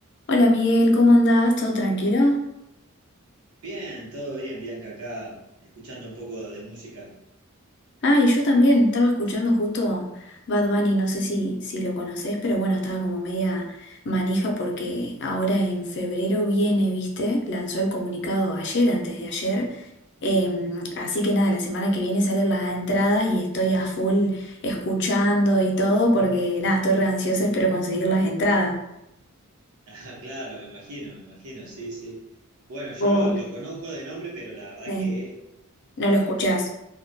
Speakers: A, on the left; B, on the right.
A: Hola Miguel, ¿cómo andás? ¿Todo tranquilo?
B: Bien, todo bien, Bianca, acá escuchando un poco de música. <laughs>
A: Ah, y yo también, estaba escuchando justo Bad Bunny, no sé si, si lo conocés, pero bueno, estaba como media manija porque ahora en febrero viene, ¿viste? Lanzó el comunicado ayer, antes de ayer. Em, así que nada, la semana que viene salen las entradas y estoy a full escuchando y todo porque nada, estoy re ansiosa, espero conseguir las entradas.
B: Ah, claro, me imagino, me imagino, sí, sí. Bueno, yo
A: ¿Vos?
B: lo conozco de nombre, pero la verdad
A: Sí,
B: que
A: ¿No
B: eh,
A: lo escuchás?
B: es-